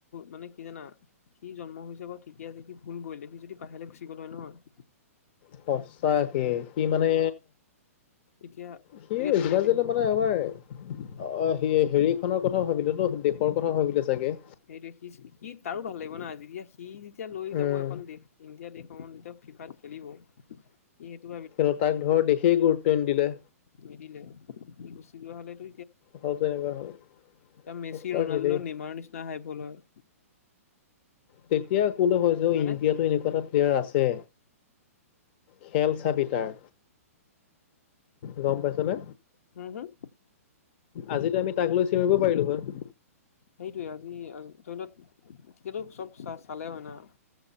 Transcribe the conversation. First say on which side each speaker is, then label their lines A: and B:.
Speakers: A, on the left (about 65°); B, on the left (about 40°).
A: মানে কি জানা সি জন্ম হৈছে বাৰু ঠিকেই আছে সি ভুল কৰিলে সি যদি বাহিৰলৈ গুচি গ'লে হয় নহয়
B: সচা কে। সি মানে
A: এতিয়া
B: সি
A: এতিয়া ধুনীয়াকে
B: যিমান যি
A: ধৰি লোৱা
B: মানে আমাৰ অ' সি হেৰিখনৰ কথা ভাবিল ন দেশৰ কথা ভাবিলে চাগে।
A: সেইটো সি সি তাৰো ভাল লাগিব না আজি সি যেতিয়া লৈ যাব
B: উম
A: এখন দেশ ইণ্ডিয়া দেশসমত যেতিয়া ফিফাত খেলিব। এইটো
B: সতাক ধৰক দেশেই গুৰুত্ব নিদিলে।
A: নিদিলে কি ক হ'লে তু
B: ভ তেনেকুৱা হ'ল।
A: এতিয়া মেচি
B: সঁচাকে
A: ৰোনাল্ডো
B: দেই
A: নেমাৰৰ নিচিনা হাইফল হয়।
B: তেতিয়া কলে হয় যে
A: হয়নে
B: ইণ্ডিয়াতটো এনেকুৱা এটা প্য়াৰ আছে খেল চাপিতাৰ। গম পাইছ নে।
A: হম হম?
B: আজিতো আমি তাক লৈ চিঞৰিব পাৰিলো হয়।
A: সেইটোৱে আজি ধৰি লওক তেতিয়াতো চব চা চালে হয় না।